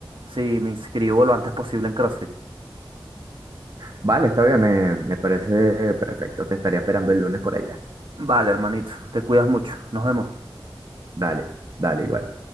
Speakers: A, on the right (about 70°); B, on the right (about 45°).
A: Sí, me inscribo lo antes posible en CrossFit.
B: Vale, está bien, me, me parece perfecto, te estaría esperando el lunes por allá.
A: Vale, hermanito, te cuidas mucho. Nos vemos.
B: Dale, dale igual.